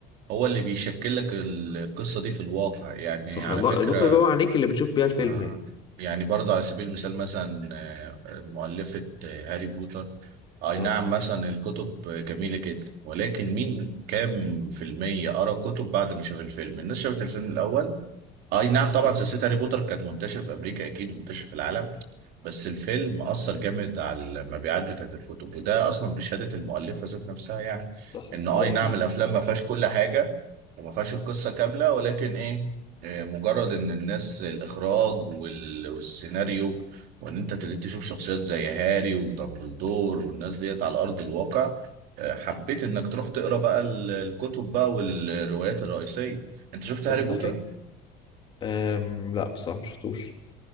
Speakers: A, on the right; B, on the left.
A: هو اللي بيشكل لك القصة دي في الواقع يعني
B: صح
A: على
B: الم-
A: فكرة
B: المخرج هو عينيك اللي بتشوف بيها الفيلم
A: آه.
B: يعني
A: يعني برضه على سبيل المثال مثلا آه، مؤلفة آه، هاري بوتر أي
B: اه
A: نعم مثلا الكتب جميلة جدا ولكن مين كام في المية قرأ الكتب بعد ما شاف الفيلم الناس شافت الفيلم الأول اي نعم طبعا
B: صح
A: سلسله هاري بوتر كانت منتشر في امريكا اكيد ومنتشر في العالم بس الفيلم اثر جامد على المبيعات بتاعت الكتب وده اصلا بشهاده المؤلفه ذات نفسها يعني
B: صح
A: ان اي
B: ده اكيد
A: نعم الافلام ما فيهاش كل حاجه وما فيهاش القصه كامله ولكن ايه آه، مجرد ان الناس الاخراج وال- والسيناريو وان انت ابتديت تشوف شخصيات زي هاري ودامبلدور والناس ديت على ارض الواقع آه، حبيت انك تروح تقرا بقى ال- الكتب بقى والروايات الرئيسيه انت شفت هاري
B: صح ده
A: بوتر
B: حقيقي أم لا بصراحة مشفتوش